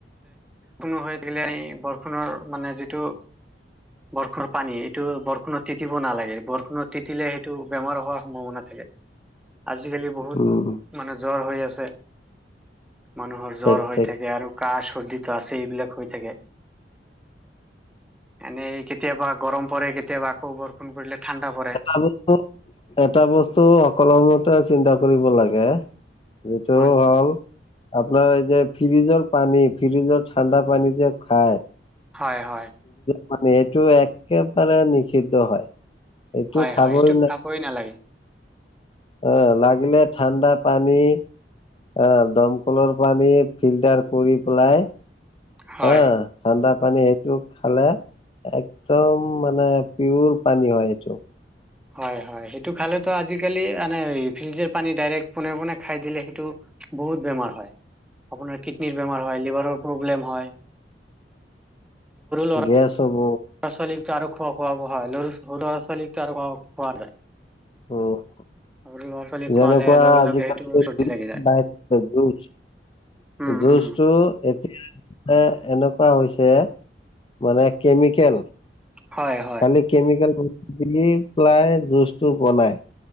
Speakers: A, in the centre; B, on the left.
A: কোনো <unintelligible> বৰষুণৰ মানে যিটো বৰষুণৰ পানী এইটো, বৰষুণত তিতিব নালাগে। বৰষুণত তিটিলে সেইটো বেমাৰ হোৱাৰ সম্ভাৱনা থাকে।
B: <inaudible>
A: আজিকালি বহুত
B: উম,
A: মানে জ্বৰ হৈ আছে। মানুহৰ
B: ঠিক
A: জ্বৰ হৈ
B: ঠিক
A: থাকে আৰু কাহ চৰ্দিটো আছে, এইবিলাক হৈ থাকে। এনেই কেতিয়াবা গৰম পৰে, কেতিয়াবা আকৌ বৰষুণ পৰিলে ঠাণ্ডা পৰে।
B: এটা বচ এটা বস্তু অকল মতে চিন্তা কৰিব লাগে। এইটো
A: হয়
B: ভাল। আপোনাৰ এই যে ফ্ৰিজৰ পানী ফ্ৰিজৰ ঠাণ্ডা পানী যে খায়
A: হয় হয়।
B: মানে এইটো একেবাৰে নিষিদ্ধ হয়। এইটো
A: হয় হয়, এইটো
B: না
A: খাবই নালাগে।
B: অ' লাগিলে ঠাণ্ডা পানী আহ দমকলৰ পানী ফিল্টাৰ কৰি পেলাই
A: হয়
B: হা ঠাণ্ডা পানী সেইটো খালে একদম মানে পিয়ৰ পানী হয় সেইটো।
A: হয় হয়, সেইটো খালেতো আজিকালি এনে ফ্ৰিজৰ পানী ডাইৰেক্ট পোনে পোনে খাই দিলে সেইটো বহুত বেমাৰ হয়। আপোনাৰ কিডনিৰ বেমাৰ হয় লিভাৰৰ প্ৰব্লেম হয়। ল'ৰা
B: গেছ হ'ব।
A: ল'ৰা ছোৱালীক আৰু খোৱা খোৱা হয়, লৰা ছোৱালীকো আৰু খোৱা যায়।
B: অ'।
A: সৰু ল'ৰা ছোৱালী
B: যেনেকুৱা
A: খোৱালে লগে
B: আজিকালি
A: লগে সেইটো
B: <unintelligible>
A: চৰ্দি লাগি যায় উম
B: জুচটো
A: উম
B: এতিয়া এ এনেকুৱা হৈছে মানে কেমিকেল
A: হয় হয়।
B: খালি কেমিকেল দি পেলাই জুচটো বনাই,